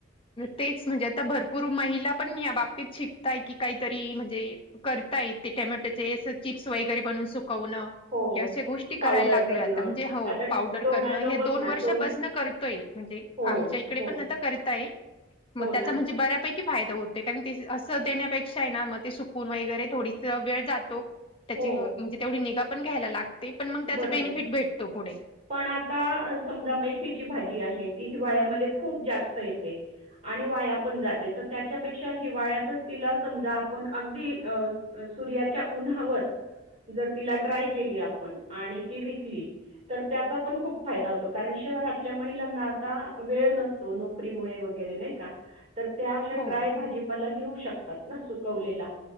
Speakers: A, on the left; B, on the right.
A: तेच म्हणजे आता भर पूर महिला पण या बाबतीत शिकताय की, कायतरी म्हणजे करतायेत ते टेमॅटोचे असं चिप्स वगैरे बनवून, सुकवणं
B: हो.
A: की अशा गोष्टी
B: पावडर
A: करायला लागलोय
B: करणं.
A: आता म्हणजे हो
B: आता
A: पावडर
B: टोमॅटो
A: करणं, हे
B: बघ
A: दोन
B: ना
A: वर्षापासन
B: टोमॅ
A: करतोय. म्हणजे
B: हो,
A: आमच्या इकडे
B: हो.
A: पण आता करतात
B: हो
A: म त्याचा
B: ना?
A: म्हणजे बऱ्यापैक की फायदा होतय. कारण ते असं देण्यापेक्षा हाय ना म ते सुकून वगैरे थोडीस वेळ जातो त्याची
B: हो.
A: म्हणजे तेवढी निगा पण घ्यायला लागते पण मंग त्याचं
B: बरोबर.
A: बेनिफिट भेटतो पुढे.
B: पण आता समजा, मेथीची भाजी आहे. ती हिवाळ्यामध्ये खूप जास्त येते आणि वाया पण जाते. त त्याच्यापेक्षा हिवाळ्यातच तिला समजा, आपण अगदी अ अ सूर्याच्या उन्हावर जर तिला ड्राय केली आपण आणि ती विकली तर त्याचा पण खूप फायदा होतो. कारण शहरातल्या महिलांना आता वेळ नस तो नोकरी मुळे वगैरे नाय का? तर त्या अशा
A: हो.
B: ड्राय भाजी पाला घेऊ शकतात ना सुकवलेला.